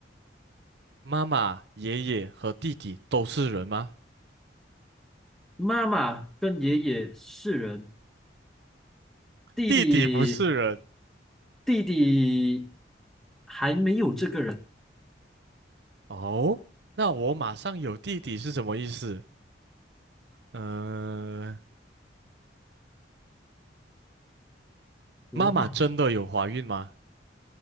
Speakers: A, on the right (about 65°); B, in the centre.
A: 妈妈、爷爷和弟弟都是人吗？
B: 妈妈跟爷爷是人，弟弟
A: 弟弟不是人，
B: 弟弟还没有这个人。
A: 哦，那我马上有弟弟是什么意思？呃，
B: 我马
A: 妈妈真的有怀孕吗？